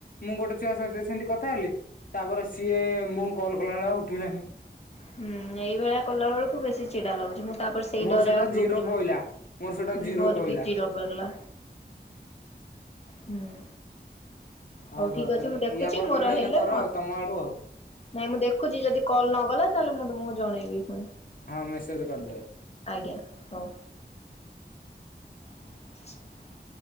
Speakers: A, on the left (about 50°); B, on the left (about 35°).
A: ମୁଁ ଗୋଟେ ଛୁଆ ସହିତ ସେମତି କଥା ହେଲି। ତାପରେ ସିଏ ମୁଁ କଲ କଲାବେଳକୁ ଉଠେଇଲାନି।
B: ହୁଁ ଏଇଭଳିଆ କଲାବେଳକୁ ବେଶି ଚିଡା ଲାଗୁଛି ମୁଁ ତାପରେ ସେଇ
A: ମୋର
B: ଡରରେ
A: ସେଟା
B: ଆଉ ଗ୍ରୁପ୍
A: ଜିରୋ
B: ରେ <unintelligible>
A: ପଇଲା ମୋର ସେଟା ଜିରୋ
B: ମୋରବି
A: ପଇଲା।
B: ଚିଡା ବଢିଲା। ହୁଁ।
A: ହଁ
B: ହୋଉ ଠିକ୍ ଅଛି ମୁଁ ଦେଖୁଛି
A: ୟା ପରେ
B: ମୋର
A: ତମେ ଏଇନେ
B: ହେଲେ
A: କର
B: ମୁଁ ଆ
A: ଆଉ ତମ ଆଡୁ ଆଉ।
B: ନାଇଁ ମୁଁ ଦେଖୁଛି ଯଦି କଲ ନଗଲା ତାହେଲେ ମୁଁ ତୁମକୁ ଜଣେଇବି
A: ହଁ ମେସେଜ କରିଦେବେ।
B: ଆଜ୍ଞା ହଉ। <inaudible>